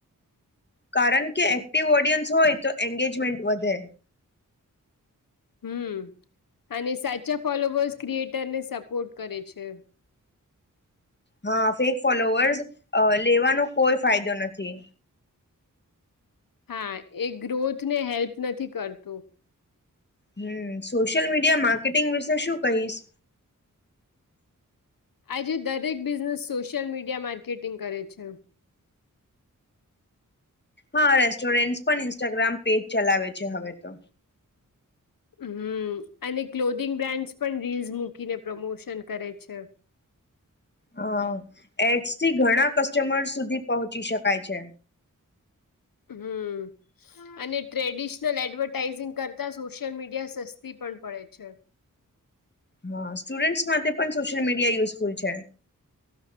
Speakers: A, on the left; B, on the left.
A: કારણ કે એક્ટિવ ઓડિયન્સ હોય તો એંગેજમેન્ટ વધે.
B: હમ, અને સાચા ફોલોવર્સ ક્રિએટર ને સપોર્ટ કરે છે.
A: હા ફેક ફોલોવર્સ લેવાનો કોઈ ફાયદો નથી.
B: હા એ ગ્રોથ ને હેલ્પ નથી કરતું.
A: હમ સોશિયલ મીડિયા માર્કેટિંગ વિશે શું કહીશ?
B: આજે દરેક બિઝનેસ સોશિયલ મીડિયા માર્કેટિંગ કરે છે.
A: હા, રેસ્ટોરેન્ટ પણ ઇન્સ્ટાગ્રામ પેજ ચલાવે છે હવે તો.
B: હમ, અને ક્લોધિંગ બ્રાન્ડ્સ પણ રીલ્સ મૂકીને પ્રમોશન કરે છે.
A: હ, એડ્સ થી ઘણા કસ્ટમર સુધી પહોંચી શકાય છે.
B: હમ, અને ટ્રેડિશનલ એડવર્ટાઈઝિંગ કરતા સોશિયલ મીડિયા સસ્તી પણ પડે છે.
A: હા, સ્ટુડન્ટસ માટે પણ સોશિયલ મીડિયા યુઝફુલ છે.